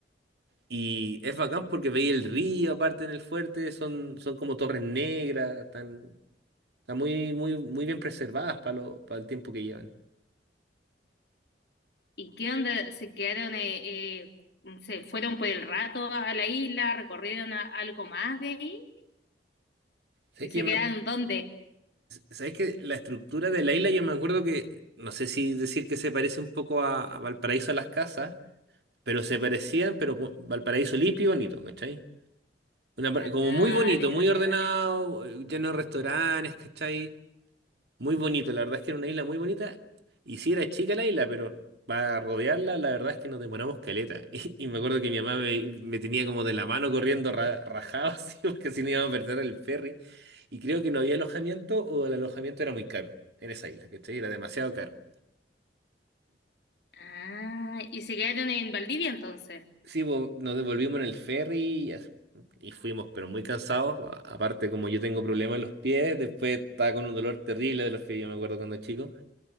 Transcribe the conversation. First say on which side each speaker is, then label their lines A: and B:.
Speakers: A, on the right (about 65°); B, on the left (about 65°).
A: Y es bacán porque veía el río aparte en el fuerte, son, son como torres negras, están, están muy, muy, muy bien preservadas para lo, para el tiempo que llevan.
B: ¿Y qué onda? ¿Se quedaron, eh, eh, se fueron por el rato a la isla, recorrieron a- algo más de ahí?
A: es
B: ¿Y
A: que
B: se
A: yo
B: quedaron
A: me
B: dónde?
A: Sabes que la estructura de la isla, yo me acuerdo que, no sé si decir que se parece un poco a, a Valparaíso a las casas, pero se parecían, pero con Valparaíso limpio y bonito, ¿cachai? Una par-
B: Ah,
A: como
B: dale,
A: muy bonito, muy
B: dale,
A: ordenado,
B: dale.
A: eh, lleno de restaurantes, ¿cachai? Muy bonito, la verdad es que era una isla muy bonita. Y sí era chica la isla, pero para rodearla, la verdad es que nos demoramos caleta. <laughs> Y, y me acuerdo que mi mamá me, me tenía como de la mano corriendo ra- rajado, <laughs> así, porque si no íbamos a perder el ferry. Y creo que no había alojamiento o el alojamiento era muy caro en esa isla, ¿cachai? Era demasiado caro.
B: Ah, ¿y se quedaron en Valdivia entonces?
A: Sí, bo- nos devolvimos en el ferry y, as- y fuimos, pero muy cansados. A- Aparte, como yo tengo problemas en los pies, después estaba con un dolor terrible de los pies, yo me acuerdo cuando chico.